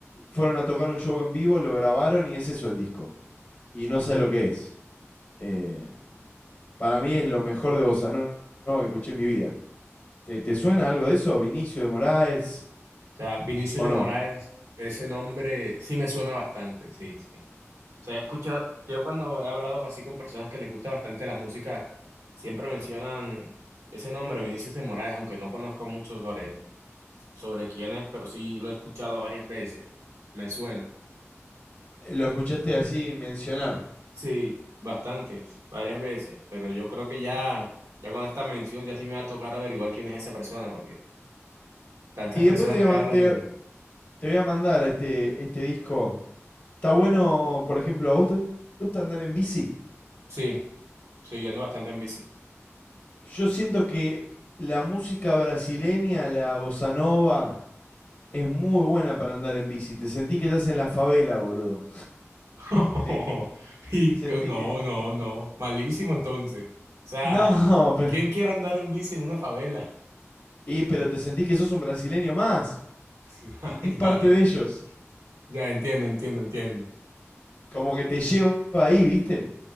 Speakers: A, on the left; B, on the right.
A: fueron a tocar un show en vivo, lo grabaron y es eso el disco. Y no sé lo que es. Eh, para mí es lo mejor de Bossa Nova que escuché en mi vida. ¿Te, te suena algo de eso, Vinicio de Moraes,
B: sea, Vinicius
A: o
B: de
A: no?
B: Moraes, ese nombre sí me suena bastante, sí, sí. O sea, he escuchado, yo cuando he hablado así con personas que les gusta bastante la música, siempre mencionan ese nombre, Vinicius de Moraes, aunque no conozco mucho sobre sobre quién es, pero sí lo he escuchado varias veces. Me suena.
A: Lo escuchaste así mencionar.
B: Sí, bastantes, varias veces, pero yo creo que ya, ya con esta mención ya sí me va a tocar averiguar quién es esa persona, porque tantas
A: Y
B: personas
A: después te voy
B: que
A: a, man-
B: hablan
A: te-
B: y...
A: te voy a mandar este, este disco. Está bueno, por ejemplo, ¿a vos te gusta andar en bici?
B: Sí, sí, yo ando bastante en bici.
A: Yo siento que la música brasileña, la bossa nova, es muy buena para andar en bici. Te sentís que estás en la favela, boludo.
B: <laughs>
A: Eh,
B: Y
A: Sentís
B: co- no,
A: que...
B: no, no, malísimo entonces. O sea,
A: No, <laughs> pe-
B: ¿quién quiere andar en bici en una favela?
A: y, pero te sentís que sos un brasileño más.
B: <laughs>
A: Sentís
B: Ya,
A: parte
B: ya,
A: de ellos.
B: ya. Ya entiendo, entiendo, entiendo.
A: Como que te lleva ahí, ¿viste?